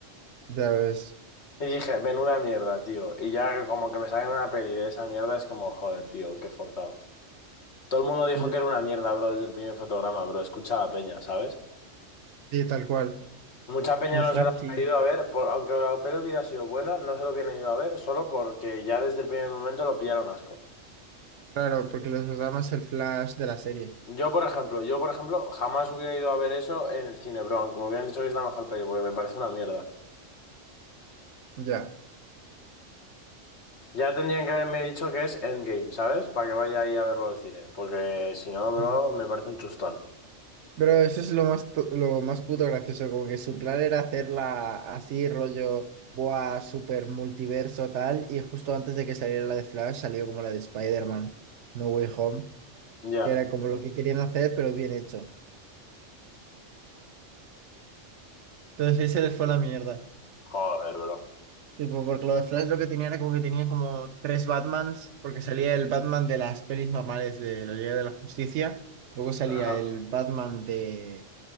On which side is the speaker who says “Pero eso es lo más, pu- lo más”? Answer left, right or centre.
Right